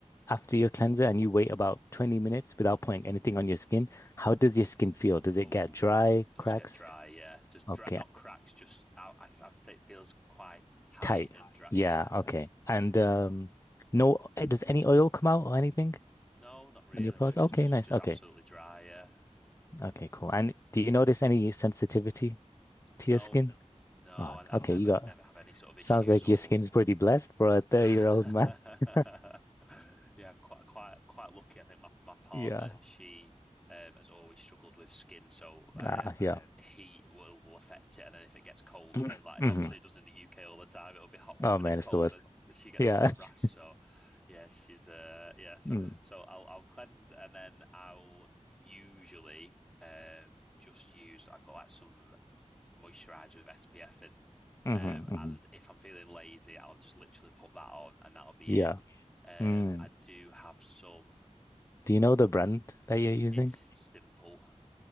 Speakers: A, on the left; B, in the centre.
A: after your cleanser and you wait about 20 minutes without
B: hmm
A: putting anything on your skin, how does your skin feel? Does it
B: Oh,
A: get dry,
B: does
A: cracks?
B: get dry, yeah. Just
A: Okay.
B: dry, not cracks, just I, I, I would say it feels quite tight
A: Tight.
B: and dry.
A: Yeah,
B: Yeah.
A: okay. And um no eh, does any oil come out or anything
B: No, not really.
A: on your pores?
B: No, it's
A: Okay,
B: just just
A: nice.
B: just
A: Okay.
B: absolutely dry. Yeah.
A: Okay, cool. And do you notice any sensitivity to
B: No,
A: your skin?
B: no,
A: Oh,
B: I,
A: okay.
B: I've never
A: Oh, You got
B: never have any sort of issues
A: sounds like
B: or
A: your skin's pretty blessed for a 30-year-old
B: <laughs>
A: man. <laughs>
B: Yeah, quite quite quite lucky. I think my, my partner,
A: Yeah.
B: she um has always struggled with skin, so um
A: Ah, yeah.
B: heat will, will affect it and then if it gets cold
A: <laughs>
B: again, like
A: <clears throat> hmm
B: obviously it does in the UK all the time, it'll be hot one
A: Oh
B: minute
A: man,
B: cold
A: it's the worst.
B: and she gets
A: Yeah.
B: like a rash.
A: <laughs>
B: So yeah, she's uh yeah, so
A: Mm,
B: so I'll I'll cleanse and then I'll usually um just use I've got like some moisturizer with SPF in.
A: mhm,
B: Um,
A: mhm.
B: and if I'm feeling lazy, I'll just literally put that on and that'll be
A: Yeah.
B: it. Um,
A: Mm.
B: I do have some,
A: Do you know the brand that you're using?
B: it's simple.